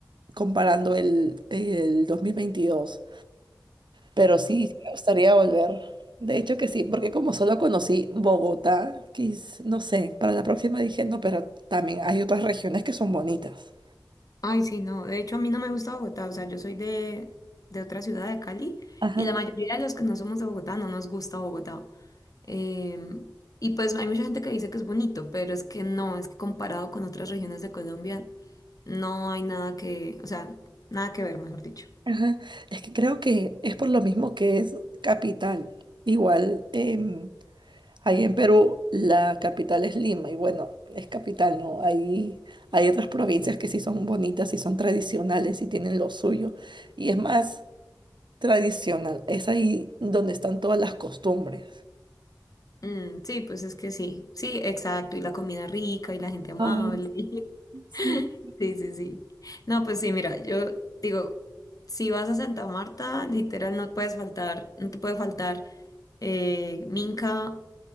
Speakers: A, on the right (about 80°); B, on the left (about 50°).
A: comparando el, el dos mil veintidós pero sí, sí me gustaría volver. De hecho que sí, porque como solo conocí Bogotá, quis- no sé, para la próxima dije, no, pero también hay otras regiones que son bonitas.
B: Ay, sí, no. De hecho, a mí no me gusta Bogotá. O sea, yo soy de, de otra ciudad de Cali
A: Ajá.
B: y la mayoría de los que no somos de Bogotá no nos gusta Bogotá. Em, y pues hay mucha gente que dice que es bonito, pero es que no, es que comparado con otras regiones de Colombia, no hay nada que, o sea, nada que ver, mejor dicho.
A: Ajá. Es que creo que es por lo mismo que es capital. Igual, em, Ahí en Perú la capital es Lima y bueno, es capital, ¿no? Ahí hay otras provincias que sí son bonitas y son tradicionales y tienen lo suyo. Y es más tradicional, es ahí donde están todas las costumbres.
B: Mm, sí, pues es que sí, sí, exacto. Y la comida rica y la gente amable.
A: Ay,
B: <laughs>
A: sí.
B: Sí, sí, sí. No, pues sí, mira, yo digo, si vas a Santa Marta, literal no puedes faltar, no te puede faltar eh, Minca,